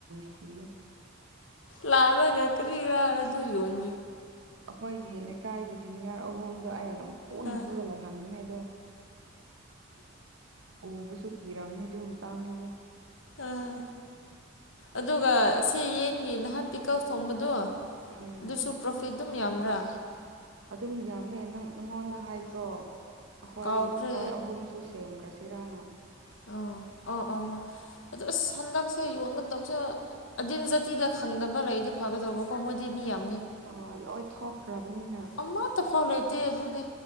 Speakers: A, on the right; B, on the left.
A: ꯁꯤ
B: ꯂꯥꯕꯒ ꯀ꯭ꯔꯤ ꯋꯥ ꯑꯗꯨ ꯌꯣꯟ
A: ꯑꯩꯈꯣꯏꯒꯤ ꯂꯩꯀꯥꯏꯒꯤ ꯖꯨꯅꯤꯌꯥꯔ ꯑꯍꯨꯝꯗ ꯑꯩꯅ ꯄꯨꯨꯅ
B: ꯑꯥ
A: ꯄꯨꯨꯗ ꯂꯍꯟꯕꯅꯦ ꯑꯗꯣ ꯎꯕꯨꯁꯨ ꯀꯤꯔꯝꯅꯤ ꯑꯗꯨ ꯃ ꯇ ꯑꯃꯅꯤ
B: ꯑꯥ ꯑꯗꯨꯒ ꯁꯤ ꯌꯦꯟꯒꯤ ꯅꯍꯥꯟ ꯄꯤꯀꯞ ꯊꯣꯡꯕꯗꯣ
A: ꯎꯝ
B: ꯑꯗꯨꯁꯨ ꯄ꯭ꯔꯣꯐꯤꯠ ꯑꯗꯨꯝ ꯌꯥꯝꯕ꯭ꯔꯥ
A: ꯑꯗꯨꯝ ꯌꯥꯝꯃꯦ ꯅꯪ ꯅꯪꯉꯣꯟꯗ ꯍꯥꯏꯗ꯭ꯔꯣ ꯑꯩꯈꯣꯏ
B: ꯀꯥꯎꯈ꯭ꯔꯦ
A: ꯑꯩꯈꯣꯏ ꯑꯍꯨꯝꯁꯨ ꯁꯦꯝꯈ꯭ꯔꯁꯦ ꯏꯔꯥꯅ
B: ꯑꯣ ꯑꯣ ꯑꯣ ꯑꯗꯣ ꯑꯁ ꯍꯟꯗꯛꯁꯦ ꯌꯣꯟꯒꯗꯕꯁꯨ ꯑꯗꯤꯝ ꯖꯥꯇꯤꯗ ꯈꯪꯗꯕ ꯂꯩꯗꯤ ꯐꯒꯗꯧꯕꯀꯣ ꯃꯣꯏꯗꯤ ꯃꯤ ꯌꯥꯝ
A: ꯑꯣ ꯂꯣꯏ ꯊꯣꯛꯈ꯭ꯔꯕꯅꯤꯅ
B: ꯑꯃꯠꯇ ꯐꯥꯎ ꯂꯩꯇꯦ ꯑꯗꯨꯅꯤ